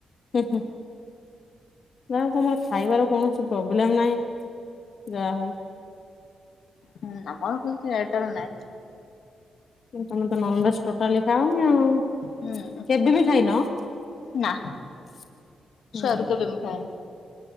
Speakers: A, on the left (about 55°); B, on the left (about 75°).
A: ହୁ ହୁଁ ଯାହା ହଉ ତମର ଖାଇବାର କୌଣସି ପ୍ରୋବ୍ଲେମ ନାହିଁ ଯାହା ହଉ।
B: ହୁ ଆମର କିଛି ଏୟାରଟେଲ ନାହିଁ।
A: ତମେ ତ ନନଭେଜ ଟୋଟାଲି ଖାଅନି ଆଉ।
B: ହୁଁ
A: କେବେ ବି ଖାଇନ ହୁଁ
B: ନା ସରୁ କେବେ ମୁଁ ଖାଏନି।